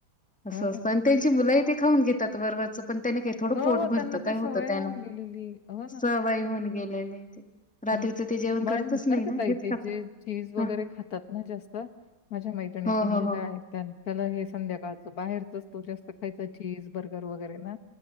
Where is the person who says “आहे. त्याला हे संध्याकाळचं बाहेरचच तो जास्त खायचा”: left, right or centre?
Left